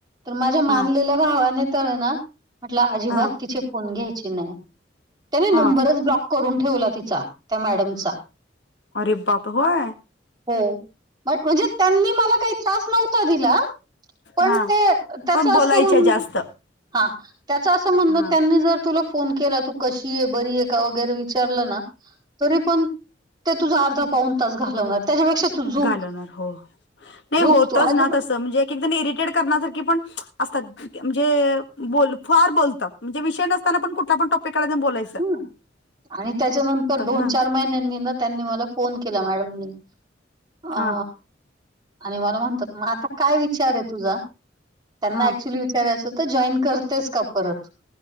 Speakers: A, on the right; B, on the left.
A: तर माझ्या
B: हा
A: मानलेल्या भावाने तर ना म्हटलं, अजिबात
B: हा
A: तिचे फोन घ्यायचे नाही. त्याने
B: हा
A: नंबरच ब्लॉक करून ठेवला तिचा, त्या मॅडमचा.
B: अरे बाप होय.
A: हो बट म्हणजे त्यांनी मला काही त्रास नव्ह ता दिला पण
B: हा
A: ते त्याच
B: पण बोलायच्या
A: अस हून
B: जास्त
A: हा, त्याच असं म्हणण
B: हा
A: त्यांनी जर तुला फोन केला. तू कशीये? बरी आहे का? वगैरे विचारलं ना, तरी पण ते तुझा अर्धा पाऊन तास घालवणार. त्याच्यापेक्षा तू झोप
B: घालवणार हो. नाही
A: झोप
B: होतच
A: तू अजिबात
B: ना तसं म्हणजे एकेक जण इरिटेट करण्यासारखी पण असतात. म्हणजे बोल फार बोलतात म्हणजे विषय नसताना, पण कुठला पण टॉपिक काढायचं आणि बोलायच.
A: हू आणि त्याच्यानंतर दोन,
B: ना
A: चार महिन्यांनी ना त्यांनी मला फोन केला मॅडमनी आ
B: हा
A: आणि मला म्हणतात, मग आता काय विचार आहे तुझा? त्यांना
B: हा
A: ऍक्च्युली विचारायचं होत, जॉईन करतेस का परत?